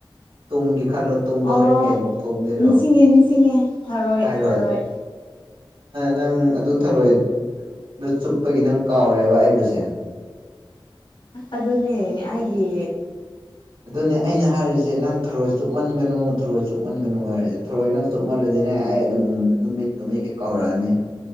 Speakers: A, on the right; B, on the left.
A: ꯇꯨꯡꯒꯤ ꯈꯜꯂꯣ ꯇꯨꯡꯗꯥ
B: ꯑꯣ
A: ꯍꯣꯔꯦꯟ ꯀꯩꯑꯃꯨꯛꯛ ꯊꯣꯡꯗꯣꯏꯔꯣ
B: ꯅꯤꯡꯁꯤꯡꯉꯦ ꯅꯤꯡꯁꯤꯡꯉꯦ ꯊꯔꯣꯏ
A: ꯍꯥꯏꯔꯣ
B: ꯊꯔꯣꯏ
A: ꯅꯪ ꯑꯗꯨ ꯊꯔꯣꯏ ꯑꯗꯨ ꯆꯨꯞꯄꯒꯤ ꯅꯪ ꯀꯥꯎꯔꯦꯕ ꯑꯩꯕꯨꯁꯦ
B: ꯑꯗꯨꯅꯦ ꯑꯩꯒꯤ
A: ꯑꯗꯨꯅꯦ ꯑꯩꯅ ꯍꯥꯏꯔꯤꯁꯦ ꯅꯪ ꯊꯔꯣꯏ ꯆꯨꯞꯃꯟꯒꯅꯨ ꯊꯔꯣꯏ ꯆꯨꯞꯃꯟꯒꯅꯨ ꯍꯥꯏꯔꯁꯦ ꯊꯔꯣꯏ ꯅꯪ ꯆꯨꯞꯃꯜꯂꯗꯤꯅꯦ ꯑꯗꯨꯝ ꯅꯨꯃꯤꯠ ꯅꯨꯃꯤꯠ ꯀꯩ ꯀꯥꯎꯔꯛꯑꯅꯤ